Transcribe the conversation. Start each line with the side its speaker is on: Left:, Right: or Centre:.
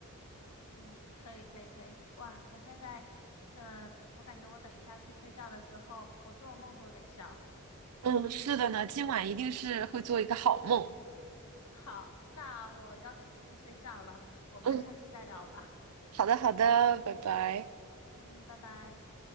Left: 嗯，可以可以可以，哇！我现在，嗯、我感觉我等一下去睡觉的时候，我做梦都得笑。
Right: 嗯，是的呢，今晚一定是会做一个好梦，
Left: 好，那我要准备去睡觉了，我们下次再聊吧。
Right: 嗯，好的好的，拜拜。
Left: 嗯，拜拜。